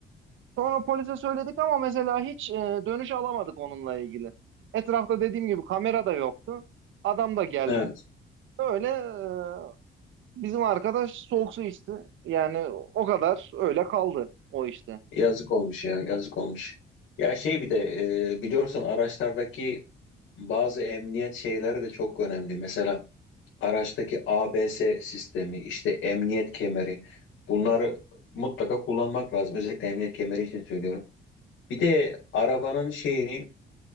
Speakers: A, on the right; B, on the left.
A: Sonra polise söyledik ama mesela hiç e, dönüş alamadık onunla ilgili. Etrafta dediğim gibi kamera da yoktu. Adam da gelmedi.
B: Evet.
A: Öyle e, bizim arkadaş soğuk su içti. Yani o kadar öyle kaldı o işte.
B: Yazık olmuş ya. Yazık olmuş. Ya şey bir de e, biliyorsun araçlardaki bazı emniyet şeyleri de çok önemli. Mesela araçtaki ABS sistemi, işte emniyet kemeri bunları mutlaka kullanmak lazım. Özellikle emniyet kemeri için söylüyorum. Bir de arabanın şeyini,